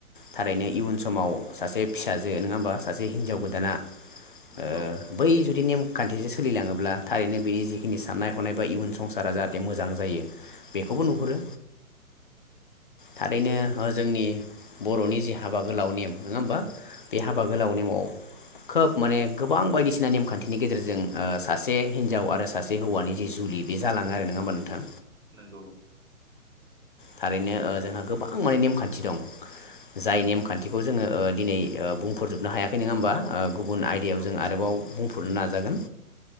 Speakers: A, on the left; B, on the right.
A: थारैनो
B: उम
A: इयुन समाव सासे फिसाजो नोङा होमबा सासे हिनजाव गोदाना ओ
B: नंगौ
A: बै जुद दि नेमखान्थिजों सोलिलाङोब्ला थारैनो बिनि जिखिनि साननाय हनाय बा इयुन संसारा जाहाथे मोजां जायो बेखौबो नुहुरो। थारैनो ओ जोंनि बर'नि जि हाबा गोलाव नेम नङा होमबा बे
B: नंगौ
A: हाबा गोलाव नेमाव खोब माने गोबां बायदिसिना नेमखान्थिनि गेजेरजों ओ सासे हिनजाव आरो सासे हौवानि जि जुलि बे जालाङो आरो नङा होमबा नोंथां।
B: नोंगौ
A: थारैनो ओ जोंहा गोबां माने नेमखान्थि दं जाय नेमखान्थिखौ जोंङो ओ दिनै बुंफोरजोबनो हायाखै नङा होमबा ओ गुबुन आयदायाव
B: नंगौ
A: जों आरोबाव बुंफोरनो नाजागोन